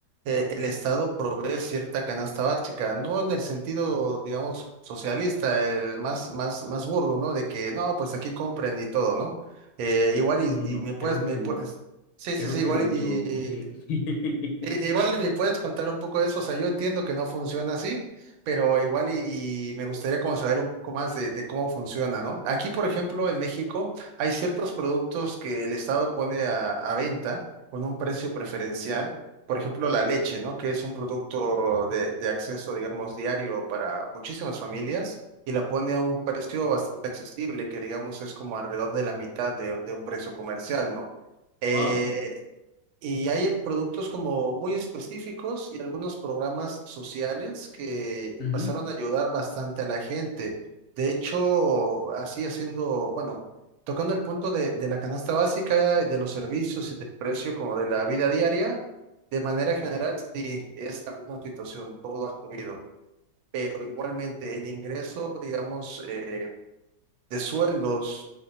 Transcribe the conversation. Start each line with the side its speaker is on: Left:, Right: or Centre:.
Right: eh, el Estado provee cierta canasta básica, no en el sentido, digamos, socialista, el más, más, más burdo, ¿no? De que no, pues aquí compren y todo, ¿no? Eh, igual
Left: No,
Right: y,
Left: no,
Right: y
Left: no,
Right: me puedes,
Left: creo
Right: me
Left: que me,
Right: puedes. Sí,
Left: creo
Right: sí, sí,
Left: que
Right: igual
Left: me
Right: y,
Left: equivoqué. <laughs>
Right: I- Igual y me puedes contar un poco de eso, o sea, yo entiendo que no funciona así, pero igual y, y me gustaría como saber un poco más de, de cómo funciona, ¿no? Aquí, por ejemplo, en México hay ciertos productos que el Estado pone a, a venta con un precio preferencial, por ejemplo, la leche, ¿no? Que es un producto de, de acceso, digamos, diario para muchísimas familias y la pone a un precio bastante accesible, que digamos es como alrededor de la mitad de de un precio comercial, ¿no? Eh,
Left: Wow.
Right: y hay productos como muy específicos y algunos programas sociales que
Left: Ujú.
Right: empezaron a ayudar bastante a la gente. De hecho, así haciendo, bueno, tocando el punto de, de la canasta básica, de los servicios y del precio como de la vida diaria, de manera general, sí, es la misma situación, todo ha subido. Pero igualmente el ingreso, digamos, eh, de sueldos